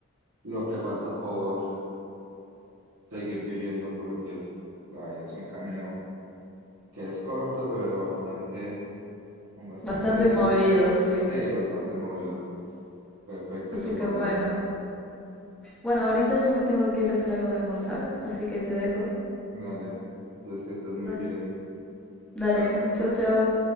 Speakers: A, on the right; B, in the centre.
A: lo que falta por seguir viviendo, porque la vida es un camino que es corto, pero bastante, con bastante,
B: Bastante movido,
A: subs-
B: sí.
A: sí, bastante movido. Perfecta
B: Así
A: esa
B: que
A: palabra.
B: bueno. Bueno, ahorita yo me tengo que ir a hacer algo de almorzar, así que te dejo.
A: Dale, entonces que estés muy
B: Da-
A: bien.
B: Dale,
A: Chao.
B: chau, chau.